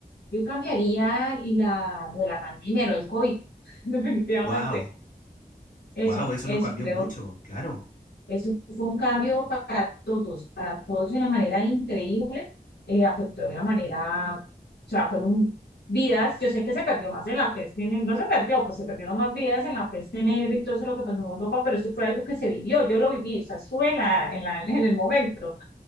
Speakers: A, on the left (about 85°); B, on the left (about 55°).
A: Yo cambiaría la, lo de la pandemia, lo del COVID. <laughs> Definitivamente.
B: Wow,
A: Eso,
B: wow, eso
A: eso
B: nos cambió
A: creo
B: mucho, claro,
A: Eso fue un cambio para todos, para todos de una manera increíble, eh, afectó de una manera, o sea, fueron vidas, yo sé que se perdió más en la peste negra, no se perdió, pues se perdieron más vidas en la peste negra y todo eso lo que pasó en Europa, pero esto fue algo que se vivió, yo lo viví, o sea, estuve en la, en la, en el momento,